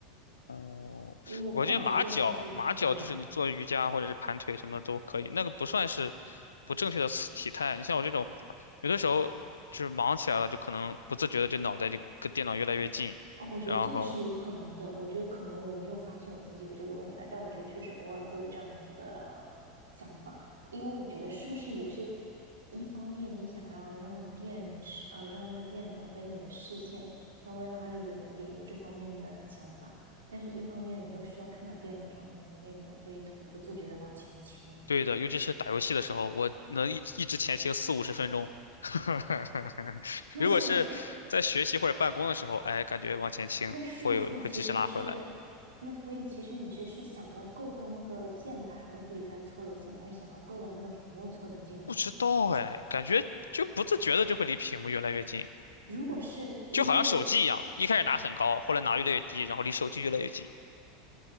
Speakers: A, on the left (about 80°); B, on the right (about 80°).
A: 哦，
B: 因为我看一集电视剧的时间就忘了。
A: 我觉得马脚，马脚就是你做瑜伽或者是盘腿什么的都可以，那个不算是不正确的姿体态。你像我这种，有的时候就是忙起来了，就可能不自觉的就脑袋就跟电脑越来越近，
B: 哦，我觉得这个是有可能的。
A: 然后
B: 我觉得可能我没有发现我自己有这个问题吧，但我觉得确实偶尔会有这样子的想法，因为我觉得是不是也是一方面，你想要让电视啊、让那个电脑跟你的视线稍微拉得远一点，有这方面的想法，但是一方面你又需要看到电脑上的那个内容，所以头不自觉的往前倾了
A: 对的，尤其是打游戏的时候，我能一一直前倾四五十分钟。<laughs>
B: 那是不是？
A: 如果是在学习或者办公的时候，哎，感觉往前倾会有会及时拉回来。
B: 那是不是其实是，那所以其实你是是想要够到那个键盘，所以才凑得近，还是想要够到那个屏幕凑得近？
A: 不知道哎，感觉就不自觉的就会离屏幕越来越近。
B: 如果是因为，
A: 就好像手机一样，一开始拿很高，后来拿越来越低，然后离手机越来越近。